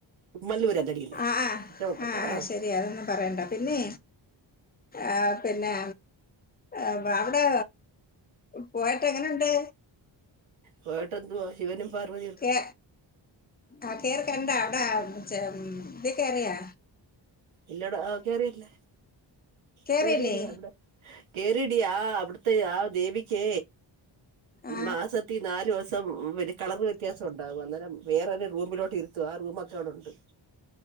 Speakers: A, on the right (about 85°); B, on the left (about 20°).
A: കുമ്മല്ലൂരല്ലടിക്കുന്നേ
B: ആഹ് ആഹ്
A: ഒട്ടുള്ള
B: ആഹ് ആഹ്
A: ആ
B: ശരി അതൊന്നും പറയണ്ട പിന്നെ ആഹ് പിന്നെ എഹ് വെ അവിടെ പോയട്ട് എങ്ങനെണ്ട്?.
A: പോയട്ട് എന്തുവാ?. ശിവനും പാർവ
B: കേ ആഹ് കേറി കണ്ടാ അവിട ച്ചെ ഉം ഇതീ കേയറിയാ
A: ഇല്ലട കേയറിയില്ല.
B: കേറിയില്ലേ
A: കേറിയില്ല അവിടെ കേറി യടി അവിടത്തെ ആ ദേവിക്കേ
B: ആ
A: മാസത്തിൽ നാല് ദിവസം കളർ വ്യത്യാസം ഉണ്ടാവും അന്നരം വേറെരു റുമിലോട്ട് ഇരുത്തു ആ റുമൊക്കവിടെ ഉണ്ട്.